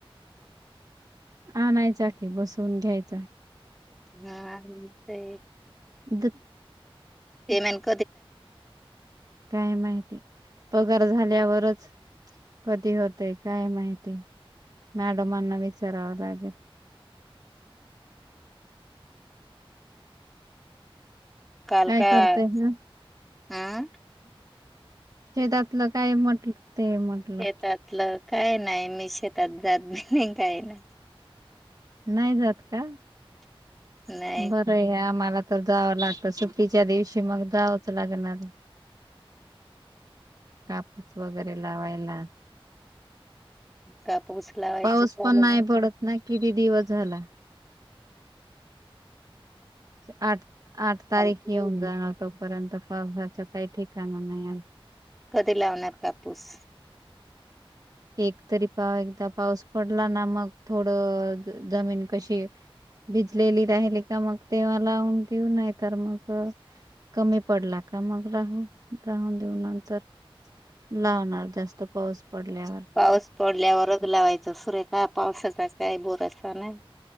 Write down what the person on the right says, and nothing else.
आणायचा की बसवून घ्यायचा
द
काय माहिती पगार झाल्यावरच. कधी होतय काय माहिती मॅडमांना विचारावा लागेल.
काय करतय ना
शेतातलं काय म्हटलं. ते म्हटलं
नाही जात का.
बरं आहे आम्हाला तर जावं लागत सु्टीच्या दिवशी मग जावंच लागणार कापूस वगैरे लावायला.
पाऊस
पण नाही पडत ना किती दिवस झाला. आठ आठ
तारीख येऊन जाणार तोपर्यंत. पावसाचा काय ठिकाणा नाही अजू
एक तरी पा एकदा पाऊस पडला ना मग थोड जमीन कशी भिजलेली राहिली का मग तेव्हा लावून देऊ नाही तर मग कमी पडला का मग राहू राहून देऊ नंतर लावणार जास्त पाऊस पडल्या